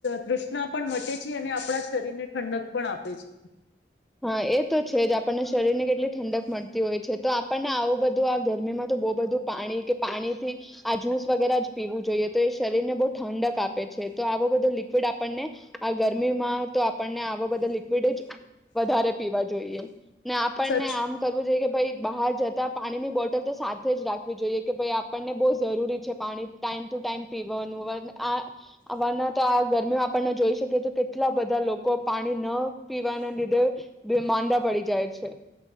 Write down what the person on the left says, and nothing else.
તૃષ્ણા પણ મટે છે અને આપણા શરીરને ઠંડક પણ આપે છે
સચ